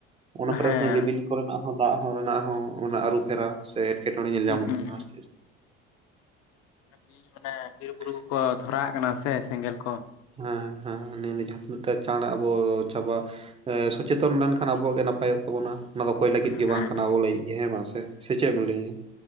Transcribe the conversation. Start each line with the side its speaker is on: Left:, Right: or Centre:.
Right: ᱚᱱᱟ ᱠᱚᱨᱮ
Left: ᱦᱮᱸ
Right: ᱦᱚᱸ ᱨᱤᱢᱤᱞ ᱠᱚᱨᱮᱱᱟᱜ ᱦᱚᱸ ᱫᱟᱜ ᱦᱚᱲ ᱚᱱᱟ ᱦᱚᱸ ᱚᱱᱟ ᱟᱹᱨᱩ ᱯᱷᱮᱨᱟ ᱥᱮ ᱮᱴᱠᱮᱴᱚᱬᱮ ᱧᱮᱞ ᱧᱟᱢᱚᱜ
Left: ᱦᱩᱸ
Right: ᱠᱟᱱᱟ ᱟᱥᱛᱮ ᱟᱥᱛᱮᱼᱼ
Left: ᱵᱤ ᱚᱱᱮ ᱵᱤᱨ ᱵᱩᱨᱩ
Right: ᱟᱥᱛᱮ
Left: ᱠᱚᱠᱚ ᱫᱷᱚᱨᱟ ᱣᱟᱜ ᱠᱟᱱᱟ ᱥᱮ ᱥᱮᱸᱜᱮᱞ ᱠᱚ
Right: ᱦᱮᱸ ᱦᱮᱸ ᱱᱤᱭᱟᱹ ᱫᱚ ᱡᱟᱦᱟᱸ ᱛᱤᱱᱟᱹᱜᱴ ᱪᱟᱬ ᱟᱵᱚ ᱪᱟᱵᱟᱜᱼᱼ ᱥᱚᱪᱮᱛᱚᱜ ᱮᱢ ᱢᱮᱱᱠᱷᱟᱱ ᱟᱵᱚᱣᱟᱜ ᱜᱮ ᱱᱟᱯᱟᱭᱚᱜ ᱛᱟᱵᱚᱱᱟ᱾ ᱚᱱᱟ ᱫᱚ ᱚᱠᱚᱭ ᱞᱟᱹᱜᱤᱫ ᱜᱮ
Left: ᱦᱮᱸ
Right: ᱵᱟᱝ ᱠᱟᱱᱟ ᱟᱵᱚ ᱞᱟᱹᱭ ᱦᱮᱸ ᱢᱟ ᱥᱮ ᱥᱮᱪᱮᱫ ᱮᱢ ᱞᱟᱹᱭᱟ?